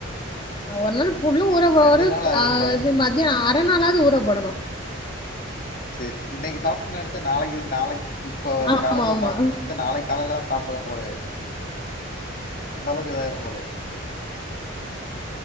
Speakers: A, on the left; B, on the left.
A: ஒரு நள் ஃபுல்லு ஊற போடரு
B: ரெண்டு நாள் ஆயிரும்
A: அ
B: போலயே
A: இது மத்யான அரநாளாது ஊற போடணு
B: சேர் இன்னைகு சாப்பிடனு நெனைச்சா நாளைக்கு நாளைக்கு இப்போ
A: ஆமா
B: காலைல
A: ஆமா
B: சாப்புட்னு நெனைச்சா நாளைக் காலைலதா சாப்புடுவோ போலயே அந்த அளவுக்கு இதாயிரு போலயே